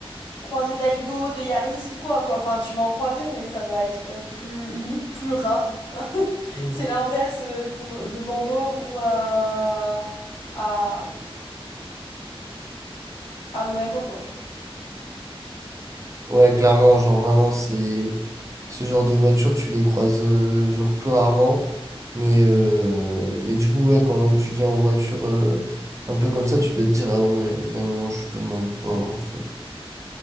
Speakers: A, on the left; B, on the right.
A: croiser d'Aigo, de Yaris ou quoi, quoi. Enfin, tu vas en croiser, mais ça va être euh, plus, limite, plus rare. <laughs> C'est Mhm. l'inverse euh, qu'on- de Bordeaux ou à, à, à Monaco, quoi.
B: Ouais, clairement, genre vraiment, c'est ce genre de voiture, tu les croises euh, genre plus rarement. Mais, euh, mais du coup, ouais, quand tu viens en voiture euh, un peu comme ça, tu dois te dire, ah ouais, vraiment, je suis vraiment pauvre en fait.